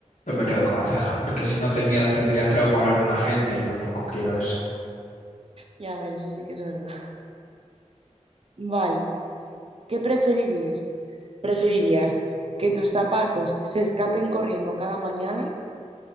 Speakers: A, on the left; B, on the right.
A: yo me quedo con la ceja, porque si no tenía, tendría trauma hablar con la gente y tampoco quiero eso.
B: Ya, a ver, eso sí que es verdad. <laughs> Vale, ¿qué preferirías? ¿Preferirías que tus zapatos se escapen corriendo cada mañana?